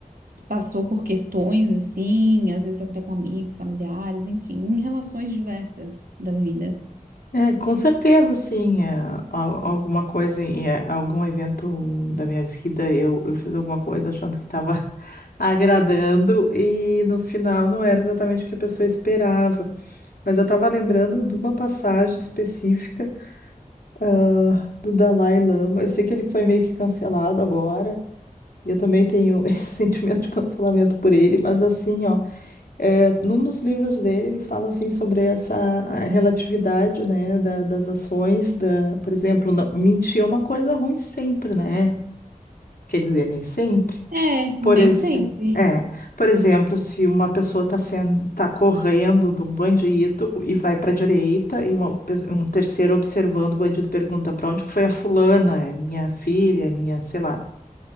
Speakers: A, on the right (about 75°); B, on the left (about 80°).
A: passou por questões assim, às vezes até com amigos, familiares, enfim, em relações diversas da vida.
B: É, com certeza, sim, é, al- alguma coisa, em é, algum evento da minha vida, eu, eu fiz alguma coisa achando que estava <laughs> agradando e no final não era exatamente o que a pessoa esperava. Mas eu estava lembrando de uma passagem específica, ah, do Dalai Lama. Eu sei que ele foi meio que cancelado agora, e eu também tenho <laughs> esse sentimento de cancelamento por ele, mas assim, ó. É, num dos livros dele, ele fala assim sobre essa relatividade, né, da- das ações, da, por exemplo, não- mentir é uma coisa ruim sempre, né? Quer dizer, nem sempre.
A: É,
B: Por
A: nem
B: exemplo,
A: sempre.
B: é, por exemplo, se uma pessoa está sendo, tá correndo de um bandido e vai para a direita e uma pe- um terceiro observando o bandido pergunta para onde que foi a fulana, é minha filha, é minha, sei lá.